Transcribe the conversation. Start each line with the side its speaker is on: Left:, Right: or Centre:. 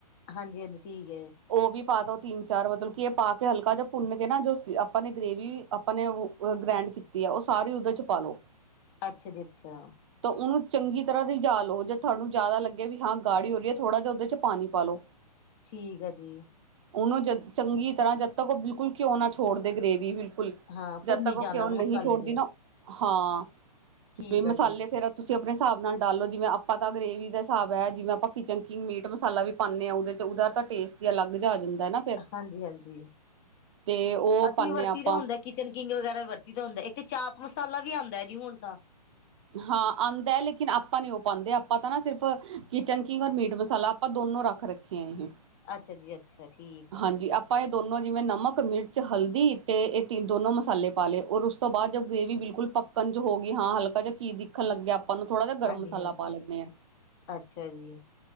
Left: ਹਾਂਜੀ-ਹਾਂਜੀ ਠੀਕ ਐ।
Right: ਓਵੀ ਪਾ ਦੋ, ਤੀਨ-ਚਾਰ ਮਤਲਬ ਕਿ ਇਹ ਪਾ ਕੇ ਹਲਕਾ ਜਿਹਾ ਭੁੰਨ ਕੇ ਨਾ ਜੋ ਆਪਾਂ ਨੇ ਗਰੇਵੀ ਆਪਾਂ ਨੇ ਓ ਗਰੈਡ ਕੀਤੀ ਐ ਓ ਸਾਰੀ ਓਦੇ ਚ ਪਾਦੋ
Left: ਅੱਛਾ ਜੀ ਅੱਛਾ।
Right: ਤਾਂ ਓਨੂੰ ਚੰਗੀ ਤਰਾਂ ਰਝਾ ਲੋ, ਜੇ ਤੁਆਨੂੰ ਜਾਦਾ ਲੱਗਿਆ ਵੀ ਹਾਂ ਗਾੜੀ ਹੋ ਰਹੀ ਐ ਥੋੜਾ ਜਿਹਾ ਓਦੇ ਚ ਪਾਣੀ ਪਾਲੋ।
Left: ਠੀਕ ਆ ਜੀ।
Right: ਓਨੂੰ ਜਦ ਚੰਗੀ ਤਰਾਂ ਜਦ ਤੱਕ ਓ ਬਿਲਕੁਲ ਘਿਓ ਨਾ ਛੋੜਦੇ ਗਰੇਵੀ ਬਿਲਕੁਲ
Left: ਹਾਂ
Right: ਜਦ
Left: ਭੁੰਨੀ
Right: ਤੱਕ
Left: ਜਾਣਾ
Right: ਉਹ ਘਓ
Left: ਉਹਨੂੰ
Right: ਨਹੀਂ
Left: ਮਸਾਲੇ
Right: ਛੋੜਦੀ
Left: ਨੂੰ
Right: ਨਾ ਹਾਂ
Left: ਠੀਕ
Right: ਵੀ ਮਸਾਲੇ
Left: ਆ ਜੀ
Right: ਫਿਰ ਤੁਸੀਂ ਆਪਣੇ ਹਿਸਾਬ ਨਾਲ ਡਾਲ ਲਓ ਜਿਵੇਂ ਆਪਾਂ ਤਾਂ ਗਰੇਵੀ ਦਾ ਹਿਸਾਬ ਐ ਜਿਵੇਂ ਆਪਾਂ ਕੀਚਨਕਿੰਗ ਮੀਟ ਮਸਾਲਾ ਵੀ ਪਾਉਂਨੇ ਆ ਉਹਦੇ ਚ ਉਹਦਾ ਤਾਂ ਟੇਸਟ ਹੀ ਅਲੱਗ ਜਿਆ ਆ ਜਾਂਦਾ ਐ ਨਾ ਤੇ
Left: ਹਾਂਜੀ ਹਾਂਜੀ
Right: ਤੇ ਉਹ
Left: ਅਸੀਂ
Right: ਪਾਨੇ
Left: ਵੀ ਵਰਤੀ
Right: ਆ ਆਪਾਂ
Left: ਦਾ ਹੁੰਦਾ ਕਿਚਨ ਕਿੰਗ ਵਗੈਰਾ ਵਰਤੀ ਦਾ ਹੁੰਦਾ ਇੱਕ ਤੇ ਚਾਂਪ ਮਸਾਲਾ ਵੀ ਆਉਂਦਾ ਐ ਜੀ ਹੁਣ ਤਾਂ
Right: ਹਾਂ ਆਉਂਦਾ ਐ ਲੇਕਿਨ ਆਪਾਂ ਨੀ ਉਹ ਪਾਉਂਦੇ ਆਪਾਂ ਤਾਂ ਨਾ ਸਿਰਫ ਕਿਚਨ ਕਿੰਗ ਔਰ ਮੀਟ ਮਸਾਲਾ ਆਪਾਂ ਦੋਨੋ ਰੱਖ ਰੱਖੇ ਖੇਂ ਇਹ
Left: ਅੱਛਾ ਜੀ ਅੱਛਾ ਠੀਕ ਆ
Right: ਹਾਂਜੀ ਆਪ ਆਪਾਂ ਇਹ ਦੋਨੋਂ ਜਿਵੇਂ ਨਮਕ ਮਿਰਚ ਹਲਦੀ ਤੇ ਇਹ ਤੀ ਦੋਨੋਂ ਮਸਾਲੇ ਪਾ ਲਏ ਔਰ ਉਸ ਤੋਂ ਬਾਅਦ <unintelligible> ਗਰੇੇਵੀ ਬਿਲਕੁਲ ਪੱਕ ਕੰਜ ਹੋ ਗਈ ਹਾਂ ਹਲਕਾ ਜਿਹਾ ਘੀ ਦਿਖਣ ਲੱਗਿਆ ਆਪਾਂ ਨੂੰ ਥੋੜ੍ਹਾ ਜਿਹਾ ਗਰਮ
Left: ਹਾਂਜੀ
Right: ਮਸਾਲਾ
Left: ਹਾਂਜੀ
Right: ਪਾ ਲੈਂਨੇ ਆ
Left: ਅੱਛਾ ਜੀ